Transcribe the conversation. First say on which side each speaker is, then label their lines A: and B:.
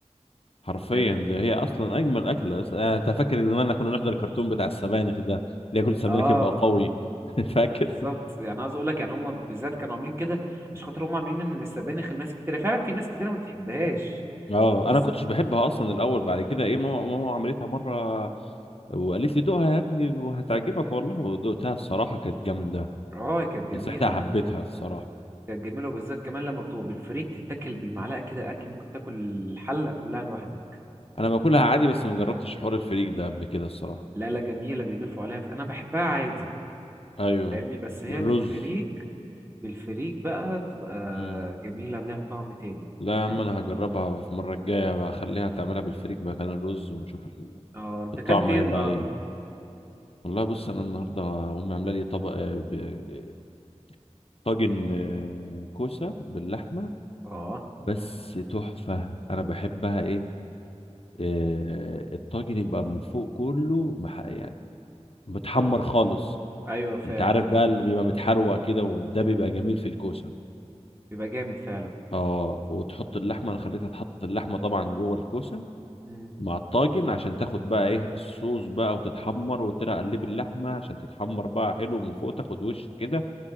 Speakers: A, on the left; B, on the right.
A: حرفيا
B: يعني
A: ده هي اصلا اجمل اكله أس- انا أنت فاكر زمان كنا نحضر الكرتون بتاع السبانخ ده اللي ياكل سبانخ
B: اه
A: يبقى قوي <laughs> فاكر
B: بالظبط يعني عاوز اقول لك يعني هم بالذات كانوا عاملين كده عشان خاطر هم عاملين ان السبانخ الناس كتير فعلا في ناس كتير ما بتحبهاش
A: اه
B: بس
A: انا كنتش بحبها اصلا الاول بعد كده ايه ماما ماما عملتها مره وقالت لي دوقها يا ابني وهتعجبك والله ودوقتها الصراحه كانت جامده
B: اه كانت جميله
A: من ساعتها حبيتها الصراحه
B: كانت جميله وبالذات كمان لما بتبقى بالفريك تتاكل بالمعلقه كده اكل ممكن تاكل الحله كلها لوحدك
A: انا باكلها عادي بس ما جربتش حوار الفريك ده قبل كده الصراحه
B: لا لا جميله بيضيفوا عليها ف... انا بحبها عادي
A: ايوه
B: فاهمني بس هي
A: بالرز
B: بالفريك بالفريك بقى بتبقى
A: مم.
B: جميله ليها طعم تاني
A: لا يا
B: <clears throat>
A: عم انا هجربها في المره الجايه بقى اخليها تعملها بالفريك مكان الرز ونشوف ال-
B: اه انت
A: الطعم
B: اكلت ايه
A: هيبقى
B: النهارده
A: ايه والله بص انا النهارده امي عامله لي طبق آه، ب- آه، طاجن آه، كوسه باللحمه
B: اه
A: بس تحفة أنا بحبها إيه آه، الطاجن يبقى من فوق كله مح... يعني متحمر خالص
B: ايوه فاهم
A: أنت عارف بقى اللي بيبقى متحروق كده وده
B: مم.
A: بيبقى جميل في الكوسة
B: بيبقى جامد فعلا
A: آه وتحط اللحمة أنا خليتها تحط اللحمة طبعا جوه الكوسة
B: مم.
A: مع الطاجن عشان تاخد بقى إيه الصوص بقى وتتحمر وقلت لها قلب اللحمة عشان تتحمر بقى حلو من فوق تاخد وش كده